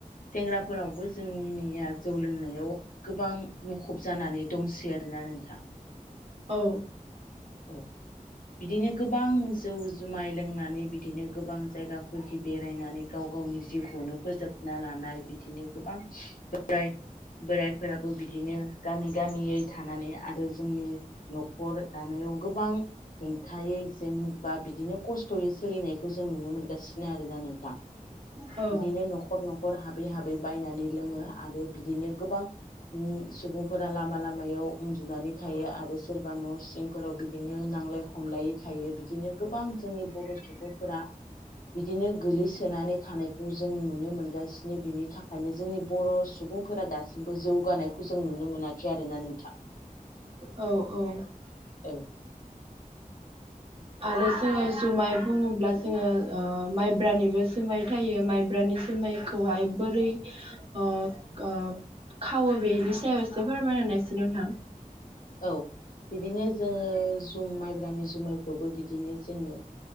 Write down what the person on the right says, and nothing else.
औ
औ
औ औ
आरो जोङो जुमाय बुङोब्ला जोङो अ माइब्रानिबो जोमाय थायो माइब्रानि जोमाय खौहाय बोरै ओ ओ खावो बेनि सायाव एसे फोरमायना होनायसै नोंथां।